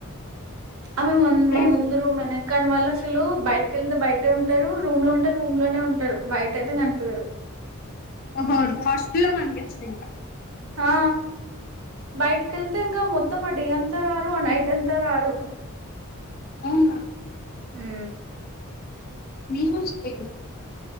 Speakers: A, on the right (about 70°); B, on the left (about 45°).
A: అే మ
B: ఏది?
A: ముందరు మన <unintelligible> కాని వాళ్ళు అసలు బయటకిెళ్తే బయటే ఉంటారు రూమ్ లో ఉంటే రూమ్ లోనే ఉంటారు బయట అయితే కనిపియరు
B: ఓహో ఫస్ట్ లో పంపిచిరు ఇంకా
A: ఆ బయటకెళ్తే ఇంకా మొత్తం ఆ డే అంతా రారు ఆ నైట్ అంతా రారు
B: అవునా
A: ఊ అ
B: మీఊల్స్ బేకరీ